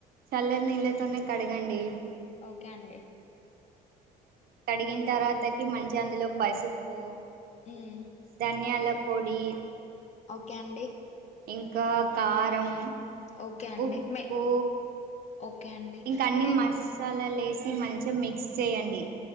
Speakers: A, on the right; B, on the left.
A: చల్ల నీళ్ళతోనే కడగండి
B: ఓకే అండి
A: కడిగిన్తర్వాతకి మంచి అందులో పసుపు
B: హ్మ్.
A: ధన్యాల పొడి
B: ఓకే అండి
A: ఇంకా కారం
B: ఓకే అండి
A: ఉప్పు
B: మే ఓకే అండి
A: ఇంకా అన్ని
B: అంటే
A: మసాలాలు వేసి మంచిగా మిక్స్ చేయండి